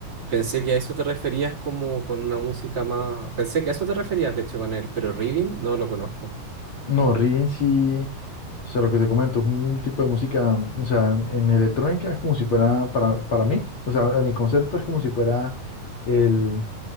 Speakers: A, on the right; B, on the left.
A: pensé que a eso te referías como con una música más, pensé que a eso te referías, de hecho, con él, pero Rhythm no lo conozco.
B: No, Rigen sí, o sea, lo que te comento, es un tipo de música, o sea, en electrónica es como si fuera para, para mí, o sea, a mi concepto es como si fuera el,